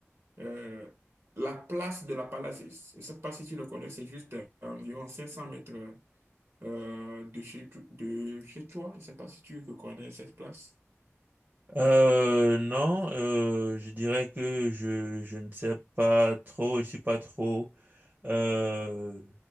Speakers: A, on the right; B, on the right.
A: euh, la place de la Palace. Je ne sais pas si tu le connais, c'est juste à environ 500 mètres euh, de chez, de chez toi. Je ne sais pas si tu connais cette place.
B: Euh, non, euh, je dirais que je, je ne sais pas trop, je suis pas trop, euh,